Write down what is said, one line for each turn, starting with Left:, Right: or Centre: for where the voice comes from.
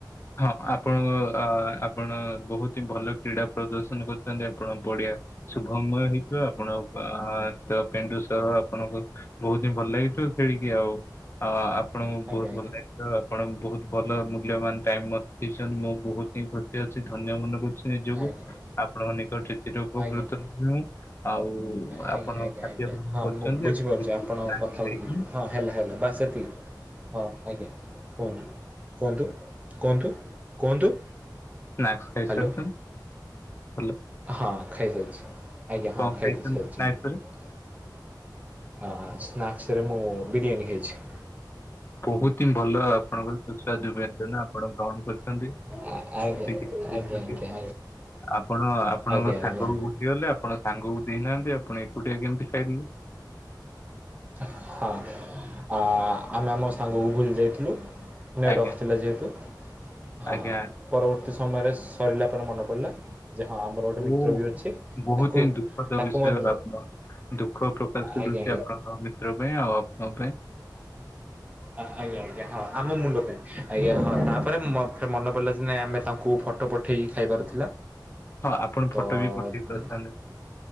Left: ହଁ ଆପଣ ଉ ଅ ଆପଣ। ବହୁତ ହିଁ ଭଲ କ୍ରୀଡ଼ା ପ୍ରଦର୍ଶନ କରିଥାନ୍ତି ଆପଣ ପଡିଆ ଶୁଭମୟ ହେଇଥିବ ଆପଣ ପା ତ ପେଣ୍ଡୁ ସହ ଆପଣଙ୍କୁ ବହୁତ ହିଁ ଭଲ ଲାଗିଥିବ ଖେଳିକି ଆଉ ଆପ ଆପଣଙ୍କୁ
Right: ଆଜ୍ଞା
Left: ବହୁତ ହି ଭଲ ଲାଗିିଥିବ ଆପଣ ବହୁତ ଭଲ ମୂଲ୍ୟବାନ ଟାଇମ ମତେ ଦେଇଛନ୍ତି ମୁଁ ବହୁତ ହିଁ ଖୁ ଟିକେ ଅଛି ଧନ୍ୟ ମନେ କରୁଛି ନିଜକୁ
Right: ଆଜ୍ଞା ଆଜ୍ଞା
Left: ଆପଣଙ୍କ ନିକଟରେ ଚିର ଉପକୃତ
Right: ଆଜ୍ଞା
Left: ରହିବି ମୁଁ। ଆଉ।
Right: ଆଜ୍ଞା
Left: ଆପଣ
Right: ଆଜ୍ଞା
Left: ଖାଦ୍ୟ
Right: ଆଜ୍ଞା
Left: ଗ୍ରହଣ
Right: ହଁ
Left: କରିଛନ୍ତି
Right: ମୁଁ ବୁଝିପାରୁଛି
Left: ଆପଣ କିଛି
Right: ଆପଣଙ୍କ
Left: ସ୍ନାକ୍ସ
Right: କଥାକୁ
Left: ଖାଇଛନ୍ତି
Right: ବୁଝି ହଁ ହେଲା ହେଲା ବାସ ସେତିକି। ହଁ ଆଜ୍ଞା କୁହନ୍ତୁ କୁହନ୍ତୁ କୁହନ୍ତୁ କୁହନ୍ତୁ।
Left: ସ୍ନାକ୍ସ ଖାଇ
Right: ହ୍ୟାଲୋ
Left: ସାରିଛନ୍ତି ଭଲ।
Right: ହଁ ଖାଇ ସାରିଛି ଆଜ୍ଞା ହଁ
Left: କଣ
Right: ଖାଇ
Left: ଖାଇଛନ୍ତି
Right: ପିଇ ସାରିଛି
Left: ସ୍ନାକ୍ସ
Right: ମୁଁ।
Left: ରେ
Right: ଆ ସ୍ନାକ୍ସରେ ମୁଁ ବିରିୟାନୀ ଖାଇଛି।
Left: ବହୁତ ଭଲ ଆପଣଙ୍କର ସୁସ୍ୱାଦୁ ବ୍ୟଞ୍ଜନ ଆପଣ ଗ୍ରହଣ କରିଛନ୍ତି
Right: ଆ- ଆଜ୍ଞା
Left: ବିରିୟାନି ଖାଇଛନ୍ତି।
Right: ଆଜ୍ଞା ଆଜ୍ଞା ଆଜ୍ଞା
Left: ଆପଣ ଆପଣଙ୍କ
Right: ଆଜ୍ଞା
Left: ସାଙ୍ଗକୁ
Right: ଆଜ୍ଞା
Left: ଭୁଲିଗଲେ ଆପଣଙ୍କ ସାଙ୍ଗକୁ ଦେଇନାହାନ୍ତି ଆ ଆପଣ ଏକୁଟିଆ କେମିତି ଖାଇଦେଲେ?
Right: ହଁ ଆ ଆମେ ଆମ ସାଙ୍ଗକୁ ଭୁଲି ଯାଇଥିଲୁ। ନେଟ୍
Left: ଆଜ୍ଞା
Right: ଅଫ୍ ଥିଲା ଯେହେତୁ ହଁ
Left: ଆଜ୍ଞା
Right: ପରବର୍ତ୍ତୀ ସମୟରେ ସରିଲା ପରେ ମନେ ପଡ଼ିଲା। ଯେ ହଁ ଆମର ଗୋଟେ ମିତ୍ର
Left: ଓ
Right: ବି ଅଛି
Left: ବହୁତ
Right: ତାକୁ
Left: ହିଁ ଦୁଖଦ
Right: ତାକୁ
Left: ବିଷୟ
Right: ମଧ୍ୟ
Left: ଆପଣ ଦୁଖ ପ୍ରକାଶ କରୁଛି
Right: ଆଜ୍ଞା ଆଜ୍ଞା
Left: ଆପଣ ମିତ୍ର ପାଇଁ ଆଉ ଆପଣ ଙ୍କ ପାଇଁ।
Right: ଆଜ୍ଞା ଯାହା ଆମ ମୁଣ୍ଡ ପାଇଁ ଆଜ୍ଞା ହଁ ତାପରେ ମତେ ମନ ପଡିଲା ଯେ ନାଇ ଆମେ ତାକୁ ଫଟୋ ପ ପଠେଇକି ଖାଇବାର ଥିଲା।
Left: ହଁ ଆପଣ
Right: ତ
Left: ଫଟୋ ବି ପଠେଇ ପାରିଥାନ୍ତେ।
Right: ଉଁ